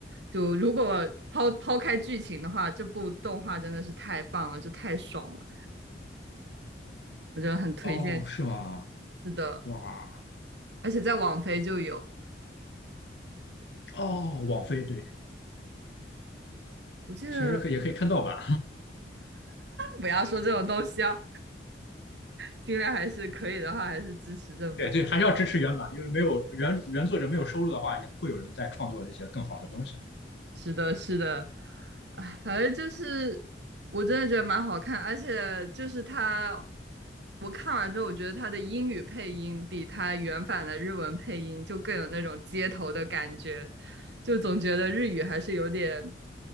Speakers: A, on the right (about 70°); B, on the left (about 75°).
A: 就如果抛抛开剧情的话，这部动画真的是太棒了，就太爽了，我觉得很推荐
B: 它。哦，是吗？
A: 的。
B: 哇，
A: 而且在网飞就有。
B: 哦，网飞对，
A: 我记得
B: 其实可以也可以看盗版。
A: 不要说这种东西啊，尽量还是可以的话，还是支持正版。
B: 对对，还是要支持原版，因为没有原原作者没有收入的话，也不会有人再创作这些更好的东西，
A: 是的，是的，哎，反正就是我真的觉得蛮好看，而且就是他，我看完之后，我觉得他的英语配音比他原版的日文配音就更有那种街头的感觉，就总觉得日语还是有点